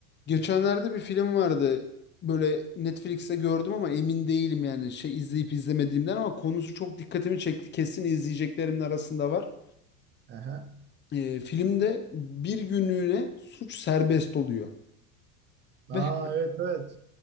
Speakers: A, on the left; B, on the right.
A: Geçenlerde bir film vardı. Böyle Netflix'te gördüm ama emin değilim yani şey izleyip izlemediğimden ama konusu çok dikkatimi çekti. Kesin izleyeceklerimin arasında var.
B: Aha.
A: Ee, filmde bir günlüğüne suç serbest oluyor
B: Aa,
A: ve
B: evet evet.